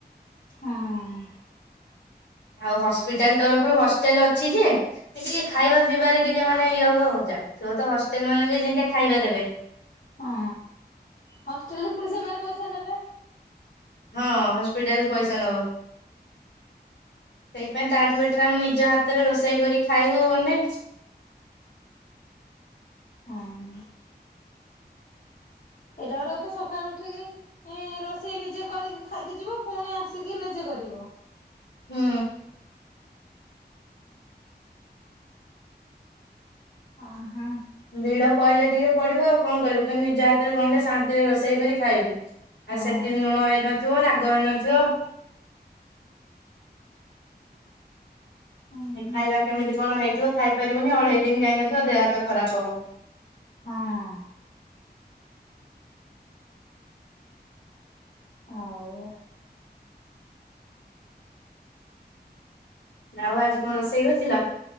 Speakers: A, on the left; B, on the left.
A: ହଁ।
B: ଆଉ ହସ୍ପିଟାଲ ତରଫରୁ ହଷ୍ଟେଲ ଅଛି ଯେ, ଟିକେ ଖାଇବା ପିଇବାରେ ଟିକେ ମାନେ ଇଏ ହବ, ଜାଣିଥିବ ତ ହଷ୍ଟେଲ ମାନେ ଯେମିତି ଖାଇବା ଦେବେ?
A: ହଁ ହଷ୍ଟେଲରେ ପୁଣି ସେମାନେ ପଇସା ନେବେ।
B: ହଁ ହସ୍ପିଟାଲ ପଇସା ନବ। ସେଇପାଇ ତାଠୁ ବେଟର‌‌ ଆମେ ନିଜ ହାତରେ ରୋଷେଇ କରି ଖାଇବୁ‌ ଗଣ୍ଡେ।
A: ହଁ-। ଏଇଟା‌‌ ଗୋଟେ କଥା ସକାଳୁ ଉଠିକି, ଏ ରୋଷେଇ ନିଜେ କରିକି ଖାଇକି ଯିବ, ପୁଣି ଆସିକି ନିଜେ କରିବ।
B: ହୁଁ।
A: ଆହା।
B: ଭିଡ଼ ପହିଲେ ଟିକେ ପଡି଼ବ ଆଉ କଣ କରିବୁ କିନ୍ତୁ ନିଜ ହାତରେ ଗଣ୍ଡେ ଶାନ୍ତିରେ ରୋଷେଇ କରି ଖାଇବୁ।
A: ହଁ
B: ଆଉ ସେଥିରେ ଲୁଣ ହେଇନଥିବ, ରାଗ ହେଇନଥିବ।
A: ହଁ
B: ଖାଇବା କେମିତି କଣ ହେଇଥିବ ଖାଇପାରିବୁନି ଅଢେ଼ଇ ଦିନ ଯାଇନଥିବ ଦେହ, ହାତ ଖରାପ ହବ।
A: ହଁ। ଆଉ?
B: ଆଉ ଆଜି କଣ ରୋଷେଇ କରିଥିଲା?